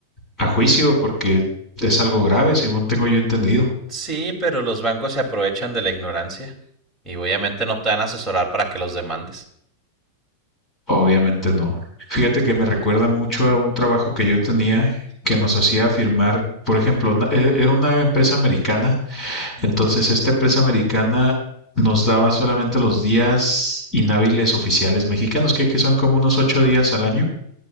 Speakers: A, on the left (about 15°); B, in the centre.
A: a juicio, porque es algo grave, según tengo yo entendido.
B: Sí, pero los bancos se aprovechan de la ignorancia y obviamente no te van a asesorar para que los demandes.
A: Obviamente no. Fíjate que
B: Pues
A: me recuerda
B: no,
A: mucho a un trabajo que yo tenía que nos hacía firmar, por ejemplo, una- e- era una empresa americana, entonces esta empresa americana nos daba solamente los días inhábiles oficiales mexicanos, que, que son como unos ocho días al año,